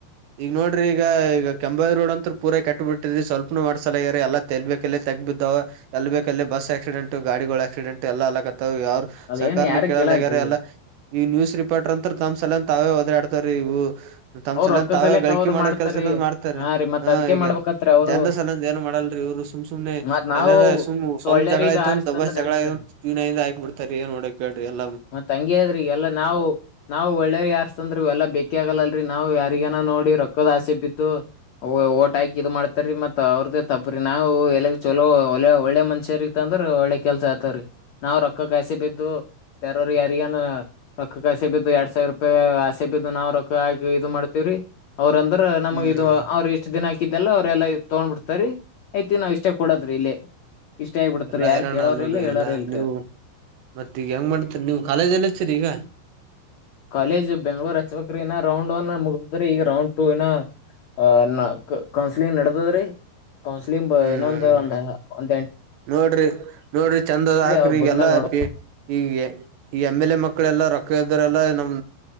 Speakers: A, on the right; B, on the left.
A: ಈಗ ನೋಡ್ರಿ ಈಗ ಈಗ ಕೆಂಂಬಾಯಿ ರೋಡ್ ಅಂತೂ ಪೂರ ಕೆಟ್ಟ ಬಿಟ್ಟಿದ್ ಸ್ವಲ್ಪ್ನುೂ ಮಾಡ್ಸಲಾಗ್ಯಾರ ಎಲ್ಲ ಎಲ್ಲಬೇಕಾಲ್ಲೆ ತೆಗ್ಗಬಿದ್ದವ. ಎಲ್ಲ ಬೇಕ ಅಲ್ಲಿ ಬಸ್ ಆಕ್ಸಿಡೆಂಟ್ ಗಾಡಿಗೋಳ ಆಕ್ಸಿಡೆಂಟ್ ಎಲ್ಲ ಅಲ್ಲಕತ್ತಾವ ಇವ ಯಾರು
B: ಅದ
A: ಸರ್ಕಾರನೆ
B: ಏನ್ ಯಾರ
A: ಕೇಳಲ್ಲಾಗೇರಾ.
B: ಕೇಳಲ್ರಿ
A: ಈ ನ್ಯೂಸ್ ರಿಪೋರ್ಟರ್ ಅಂತ ತಮ್ಮ್ ಸಲವಂದ್ ತಾವೇ ಒದರಾಡ್ತಾವರಿ ಇವು. ತಮ್ಮ್
B: ಅವ್ರ
A: ಸಲಂದ
B: ರೊಕ್ಕ
A: ತಾವೇ
B: ಸಲಯಕ್
A: ಗಳಿಕಿ
B: ಅವ್ರು
A: ಮಾಡೋ
B: ಮಾಡ್ತಾರೀ
A: ಕೆಲ್ಸ ಎಲ್ಲ ಮಾಡ್ತಾರ
B: ಹಾ ರೀ ಮತ್
A: ಹ
B: ಅದ್ಕೆ
A: ಈಗ
B: ಮಾಡ್ಬೇಕತ್ರಿ ಅವ್ರು
A: ಜನರ ಸಲಂದ ಏನ್ ಮಾಡಲ್ರಿ ಇವರು ಸುಮ್ ಸುಮ್. ಸುಮ್ನೆ
B: ಮತ್ ನಾವು
A: ಎಲ್ಲಾರ ಸುಮ್ ಸ್ವಲ್ಪ್
B: ಟೊಳ್ಳೇರಿದ
A: ಜಗಳ ಐತ್ತಂತ
B: ಆರಿಸ್ತಂದ್ರ
A: ದಬಾಸ್ ಜಗಳ
B: ನಡೀತದ್ರಿ.
A: ಆಗೇತಂತ ಟಿವಿ ನೈನ್ನ್ಯಾಗ್ ಹಾಕಿ ಬಿಡ್ತಾರಿ ಏನ್ ಮಾಡೋದ್ ಬೇಡ್ರಿ ಎಲ್ಲಾಮು.
B: ತಂಗಿಯದ್ರಿಗ್ ಎಲ್ಲಾ ನಾವು ನಾವು ಒಳ್ಳೇರಗ್ ಆರಿಸಿ ತಂದ್ರು ಇವೆಲ್ಲಾ ಬೇಕೇ ಆಗಲ್ಲ. ರಿ ನಾವು ಯಾರಿಗನ ನೋಡಿ ರೊಕ್ಕದಾಸೆಗ್ ಬಿದ್ದು. ಓ ಓಟ ಹಾಕಿ ಇದ್ ಮಾಡ್ತಾರೀ ಮತ್ ಅವ್ರದ್ದೇ ತಪ್ಪ್ರ ನಾವು ಎಲ್ಲರ ಚಲೋ ಒ ಒಳ್ಳೆ ಮನಷ್ಯರಿಗಿ. ತಂದ್ರ ಒಳ್ಳೆ ಕೆಲ್ಸ ಆತಾವ ರೀ ನಾವ್ ರೊಕ್ಕಕ್ಕ್ ಆಸೆ ಬಿದ್ ಇದು ಬೇರವರ ಯಾರಿಗನ ರೊಕ್ಕಕ್ಕ್ ಆಸೆ ಬಿದ್ದು ಯಾಡ್ ಸಾವಿರ ರೂಪಾಯಿ ಆಸೆ ಬಿದ್ದು ನಾವವ ರೊಕ್ ಹಾಗ ಇದು ಮಾಡ್ತವ್ರಿ ಅವ್ರ ಅಂದ್ರ ನಮಗೆ
A: ಹ್ಮ್
B: ಇದು ಅವ್ರ ಇಷ್ಟ. ಇಷ್ಟ ದಿನ ಹಾಕಿದ್ದೆಲ್ಲ ಅವ್ರೆಲ್ಲ ತಗೊಂಡ್ಬಿಡ್ತಾರಿ ಐತಿ ನಾವ್ ಇಷ್ಟೇ ಕುಡದ್ರೀ ಇಲ್ಲಿ. ಇಷ್ಟೇ ಆಗಿಬಿಡತ್ತರಿ
A: ಎಲ್ಲಾ
B: ಯಾರ
A: ಹೈರಾಣ
B: ಕೇಳೋರ
A: ನೋಡ್ರಿ
B: ಇಲ್ಲ ಹೇಳೋರ್
A: ಎಲ್ಲಾ
B: ಇಲ್ರಿ.
A: ನೀವು ಮತ್ತ ಈಗ ಹೆಂಗ್ ಮಾಡ್ತರಿ ನೀವು ಕಾಲೇಜ್ ಎಲ್ಲ ಹಚ್ಚಿರಿ ಈಗ.
B: ಕಾಲೇಜ್ ಬೆಂಗ್ಳೂರ್ ಹಚ್ಬೇಕ್ರಿ ಇನ ರೌಂಡ್ ಒನ್ ಮುಗದದ್ರಿ ಈಗ ರೌಂಡ್ ಟೂ ಇನ. ಅ ನ ಕೌನ್ಸಲಿಂಗ್ ನಡದದ್ರಿ ಕೌನ್ಸಲಿಂಗ್
A: ಹ್ಮ್
B: ಇನ್ನೊಂದ ಒಂದ ಹ ಒಂದ ಎಂ
A: ನೋಡ್ರಿ ನೋಡ್ರಿ ಚಂದದ ಹಾಕ್ರಿ
B: ಅವ್
A: ಈಗೆಲ್ಲಾ
B: ಬದ್ಮೇಲ್ ನೋಡ
A: ಪಿ ಈಗೆ ಈ ಎಮ್ಎಲ್ಎ ಮಕ್ಕಳೆಲ್ಲ ರೊಕ್ಕ ಇದ್ದರೆಲ್ಲಾ ನಮ್